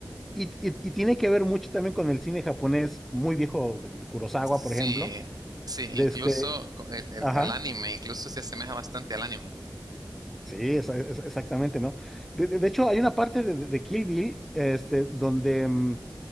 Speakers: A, in the centre; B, on the right.
A: Y, y- y tiene que ver mucho también con el cine japonés muy viejo de, de Kurosawa,
B: Sí,
A: por ejemplo.
B: sí, incluso
A: De este,
B: co- el, el-
A: ajá,
B: al anime, incluso se asemeja bastante al anime.
A: sí, esa- esa- exactamente, ¿no? De, de- de hecho, hay una parte de, de- de Kill Bill este, donde mm,